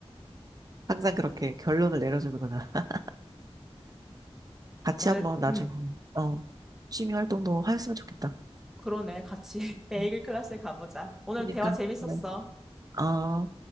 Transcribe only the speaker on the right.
항상 그렇게 결론을 내려주는구나. <laughs> 같이
한번 나중에,
어, 취미 활동도 하였으면 좋겠다.
음.
그러니까.
그래. 어.